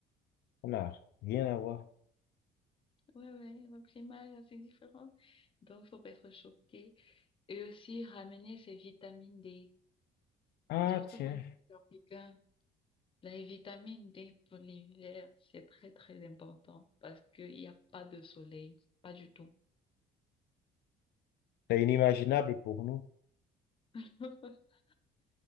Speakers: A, on the left; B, on the left.
A: On n'a rien à voir.
B: Ouais, ouais, le climat est assez différent. Donc, faut pas être choqué. Et aussi, ramener ses vitamines D.
A: Ah,
B: Surtout
A: tiens.
B: pour les Africains. La vitamine D pour l'hiver, c'est très, très important parce qu'il n'y a pas de soleil. Pas du tout.
A: C'est inimaginable pour nous.
B: <laughs>